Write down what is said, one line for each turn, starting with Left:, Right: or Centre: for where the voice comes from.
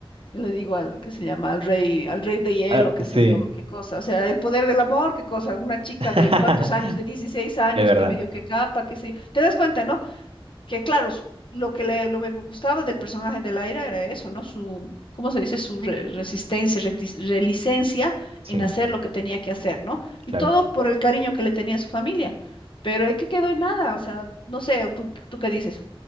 Left: yo le digo al que se llama, al rey, al rey de hielo,
Right: Ah,
Left: qué
Right: sí,
Left: sé yo, qué cosa. O sea, el poder del amor, qué cosa. Una chica
Right: <laughs>
Left: de cuántos años, de dieciséis años,
Right: es verdad,
Left: que medio que capa, qué sé yo. Te das cuenta, ¿no? Que claro, su- lo que le, lo que me gustaba del personaje de Laira era eso, ¿no? Su, ¿cómo se dice? Su re- resistencia, retis- relicencia
Right: Sí.
Left: en hacer lo que tenía que hacer, ¿no? Y
Right: claro.
Left: todo por el cariño que le tenía a su familia. Pero ¿en qué quedó en nada? O sea, no sé, ¿tú, tú qué dices?